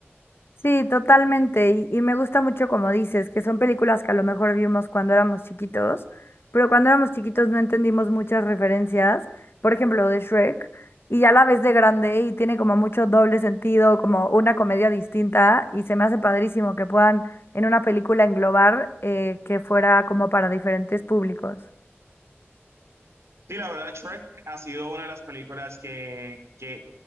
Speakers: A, on the left (about 60°); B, on the right (about 85°).
A: Sí, totalmente. Y, y me gusta mucho como dices, que son películas que a lo mejor vimos cuando éramos chiquitos, pero cuando éramos chiquitos no entendimos muchas referencias, por ejemplo, de Shrek, y ya la ves de grande y tiene como mucho doble sentido, como una comedia distinta, y se me hace padrísimo que puedan en una película englobar eh, que fuera como para diferentes públicos.
B: Sí, la verdad, Shrek ha sido una de las películas que, que,